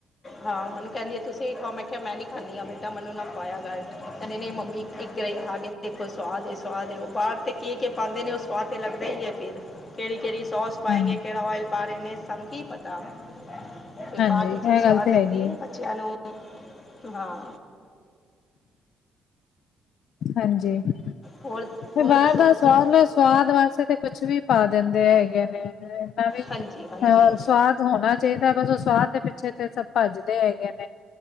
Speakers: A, on the left; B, on the left.
A: ਹਾਂ ਮੈਨੂੰ ਕਹਿੰਦੀ ਹੈ ਤੁਸੀ ਵੀ ਖਾਓ ਮੇ ਕਹਿ ਮੈਨੀ ਕਹਿ ਨੀ ਆ ਬੇਟਾ ਮੈਨੂੰ ਨਾ ਖਇਆ ਕਰ ਕਹਿੰਦੇ ਨੇ ਮੰਮੀ ਏਕ ਗ੍ਰਹਿ ਖਾ ਕੇ ਦੇਖੋ ਸੁਆਦ ਹ ਸੁਆਦ ਹ ਉਹ ਬਾਹਰ ਤੇ ਕੀ-ਕੀ ਪਾਉਂਦੇ ਨੇ ਸਆਦ ਲਗਦਾ ਹੀ ਹੈ ਫਿਰ ਕਿੜੀ ਕਿਹੜੀ ਸੌਸ ਪਾਂਗੇ
B: ਹਾਂ
A: ਕਿਹੜਾ ਔਇਲ ਪਾ ਰੇ ਨੇ ਸਾਨੂੰ ਕੀ ਪਤਾ ਤੇ
B: ਹਾਂਜੀ
A: ਬਾਦ
B: ਇਹ
A: ਚ ਚੀਜ਼ ਸਵਾਦ
B: ਗੱਲ ਤਾਂ
A: ਲੱਗਦੀ
B: ਹੈਗੀ
A: ਹੈ ਪਤਾ ਬੱਚਿਆਂ ਨੂੰ, ਹਾਂ।
B: ਹਾਂਜੀ, ਤੇ
A: ਹੋਰ ਹੋਰ
B: ਬਾਹਰ
A: ਦੱਸੋ
B: ਦਾ
A: ਤੁਸੀਂ
B: ਸਵਾਦ ਸਵਾਦ ਵਾਸਤੇ ਤਾਂ ਕੁਛ ਵੀ ਪਾ ਦਿੰਦੇ ਹੈਗੇ ਨੇ, ਏਨਾ ਵੀ
A: ਹਾਂਜੀ
B: ਅਹ
A: ਹਾਂਜੀ
B: ਸਵਾਦ ਹੋਣਾ ਚਾਹੀਦਾ ਏ, ਬਸ ਉਹ ਸਵਾਦ ਦੇ ਪਿੱਛੇ ਤੇ ਸਭ ਭੱਜਦੇ ਹੈਗੇ ਨੇ।